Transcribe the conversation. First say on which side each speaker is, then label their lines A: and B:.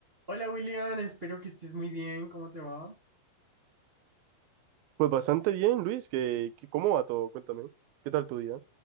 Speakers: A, on the right; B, on the right.
A: Hola William, espero que estés muy bien. ¿Cómo te va?
B: Pues bastante bien, Luis, que, que- ¿cómo va todo? Cuéntame, ¿qué tal tu día?